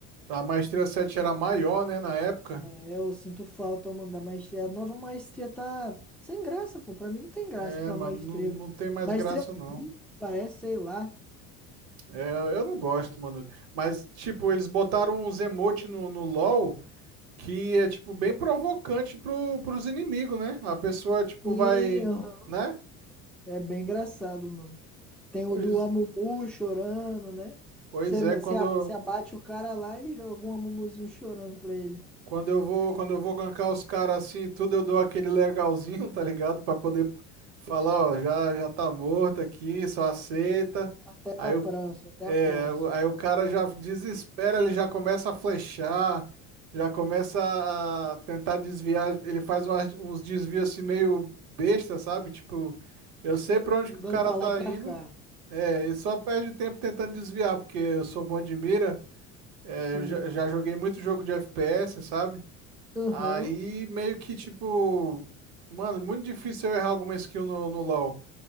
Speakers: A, on the right (about 55°); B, in the centre.
A: A maestria 7 era maior, né, na época.
B: É, eu sinto falta, mano, da maestria. A nova maestria tá sem graça, pô. Pra mim não tem graça
A: É,
B: aquela
A: mano,
B: maestria.
A: não, não tem mais
B: Maestria,
A: graça, não.
B: hum, parece, sei lá.
A: É, eu não gosto, mano. Mas, tipo, eles botaram uns emote no, no LoL que é, tipo, bem provocante pro, pros inimigos, né? A pessoa, tipo,
B: Sim,
A: vai,
B: aham.
A: né?
B: é bem engraçado, mano. Tem o
A: Pois,
B: do Amumu chorando, né?
A: pois
B: Você,
A: é,
B: você,
A: quando.
B: a- você abate o cara lá e joga um Amumuzinho chorando pra ele.
A: Quando eu vou, quando eu vou gankar os caras assim e tudo, eu dou aquele legalzinho, tá ligado? Pra poder falar, ó, já, já tá morto aqui, só aceita.
B: Até
A: Aí
B: pra próxima,
A: o,
B: até a próxima.
A: é, o- aí o cara já desespera, ele já começa a flechar, já começa a tentar desviar, ele faz umas- uns desvios assim meio besta, sabe? Tipo, eu sei pra onde
B: Andando
A: que o cara
B: pra
A: tá
B: lá e pra
A: indo,
B: cá.
A: é, e só perde tempo tentando desviar, porque eu sou bom de mira, é,
B: Sim.
A: eu já, já joguei muito jogo de FPS, sabe?
B: Aham.
A: Aí meio que tipo, mano, muito difícil eu errar alguma skill no, no LoL.